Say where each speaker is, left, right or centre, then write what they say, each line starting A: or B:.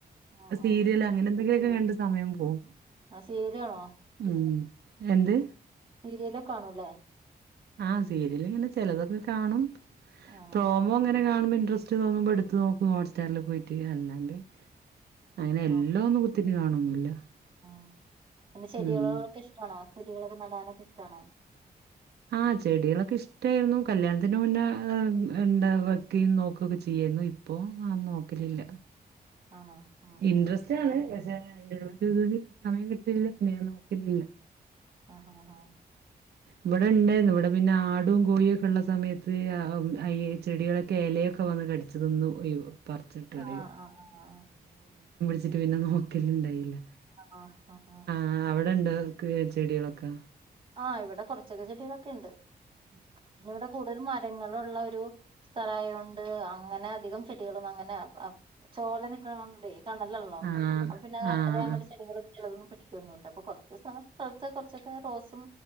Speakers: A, on the right; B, on the right.
A: ആ
B: സീരിയലങ്ങ
A: ആ
B: നെന്തെങ്കിലൊക്കെ കണ്ട് സമയം പോവും.
A: ആ സീരിയല് കാണോ
B: ഉം. എന്ത്
A: സീരിയലൊക്കെ കാണു ല്ലേ.
B: ആഹ് സീരിയൽ ഇങ്ങനെ ചെലതൊക്കെ കാണും.
A: ആണോ
B: പ്രോമോങ്ങ നെ കാണുമ്പം ഇൻഡ്രസ്റ്റ് തോന്നുമ്പോ ഇട്ത്ത് നോക്കും ഹോട്ട്സ്റ്റാറില് പോയിട്ട്. അല്ലാ ണ്ട്, അങ്ങനെ എല്ലം
A: ആ
B: ഒന്നും കുത്തിര്ന്ന് കാണൊന്നുല്ല.
A: ഉം പിന്നെ ചെടികളോടൊക്കെ
B: ഉം
A: ഇഷ്ടാണോ? ചെടികളൊക്കെ നടാനൊക്കെ ഇഷ്ടാണോ?
B: ആഹ് ചെടികളൊക്കെ ഇഷ്ട്ടേര്ന്നു. കല്യാണത്തിന് മുന്നേ ഉണ്ട വെക്കേയും നോക്കൊക്കെ ചെയ്യാര്ന്നു. ഇ പ്പോം അങ്ങൻ നോക്കലില്ല.
A: ആണോ ഉം
B: ഇൻട്രസ്റ്റാണ്
A: ഉം
B: പക്ഷെ അയിൻ്റെ <unintelligible> സമയം കിട്ടില്ല പിന്നെ ഞാൻ നോക്കലില്ല.
A: ആഹാ
B: ഇവിടെ ഉണ്ടായിരുന്നു ഇവിടെ പിന്നെ ആടും കോഴിയും ഒക്കെ ഉള്ള സമയത്ത് ഈ ചെടികളെെ ലൊക്കെ വന്ന് കടിച്ചതൊന്ന് <unintelligible>
A: ആ ആ ആ ആ
B: ച്ചിട്ട് പിന്നെ നോക്കലണ്ടായില്ല
A: ആഹ ആഹ ആഹ
B: ആഹ് അവിടെണ്ട് ചെടികളൊക്കെ
A: ആഹ് ഇവിടെ കുറച്ചൊക്കെ ചെടികളൊക്കെ ഉണ്ട് പിന്നെ ഇവിടെ കൂടുത മാ ങ്ങളുള്ള ഒരു സ്ഥലയൊണ്ട് അങ്ങനെ അധികം ചെടികളൊന്നും അങ്ങനെ ചോല നിക്കണോണ്ട് കണല്ലല്ലോ
B: ആഹ്
A: അപ്പൊ പിന്നെ അ
B: ആഹ്
A: അത്ര
B: ആഹ്
A: അങ്ങടെ ചെടികൾ ചെതന്നും പിടിക്കൊന്നുമില്ല അപ്പൊ കുറച്ച് കുറച്ചൊക്കെ റോസും